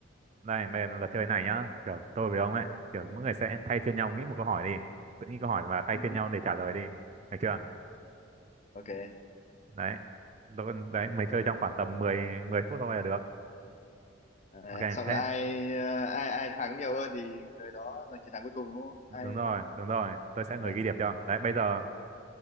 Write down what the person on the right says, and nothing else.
Đây, bây giờ là chơi này nhá. Kiểu tôi với ông ấy, kiểu mỗi người sẽ thay phiên nhau nghĩ một câu hỏi đi. Tự nghĩ câu hỏi và thay
phiên nhau để trả lời đi. Được chưa?
Đấy. Tôi, đấy, mình chơi trong khoảng tầm 10 10 phút thôi là được.
Ok,
thế
đúng
rồi, đúng rồi. Tôi sẽ
người ghi điểm cho. Đấy, bây giờ